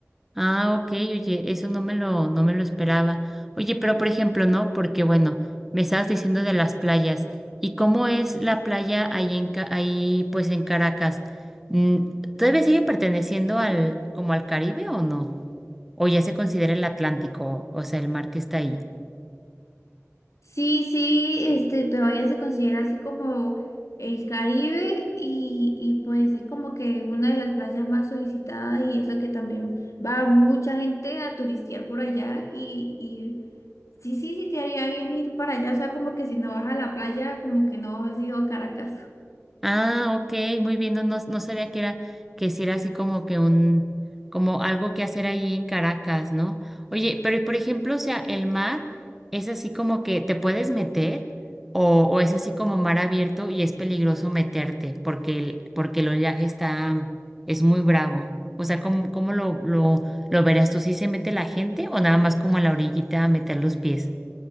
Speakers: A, in the centre; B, on the left.
A: Ah, ok, oye, eso no me lo, no me lo esperaba. Oye, pero por ejemplo, ¿no? Porque bueno, me estabas diciendo de las playas. ¿Y cómo es la playa ahí en, Ca- ahí pues en Caracas? Mm, ¿Todavía sigue perteneciendo al, como al Caribe o no? ¿O ya se considera el Atlántico, o sea, el mar que está ahí?
B: Sí, sí, este, todavía se considera así como el Caribe y, y pues es como que es una de las playas más solicitadas y eso que también va mucha gente a turistear por allá y, y sí, sí, sí te haría bien ir para allá, o sea, como que si no vas a la playa, como que no has ido a Caracas.
A: Ah, ok, muy bien, no, no, no sabía que era, que si era así como que un, como algo que hacer ahí en Caracas, ¿no? Oye, pero y por ejemplo, o sea, el mar es así como que te puedes meter o, o es así como mar abierto y es peligroso meterte porque el, porque el oleaje está, es muy bravo. O sea, ¿cómo, cómo lo, lo, lo verías tú? si se mete la gente o nada más como en la orillita a meter los pies?